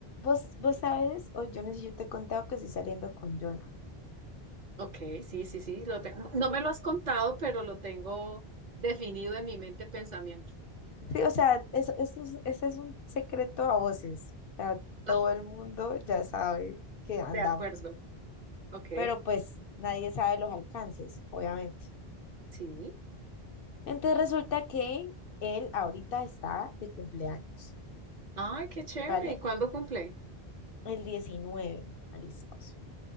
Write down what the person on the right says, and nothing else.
Ok, sí, sí, sí, lo te- no no me lo has contado, pero lo tengo definido en mi mente pensamiento.
Ah,
de acuerdo. Ok,
sí.
Ay, qué chévere.
¿Y cuándo cumple?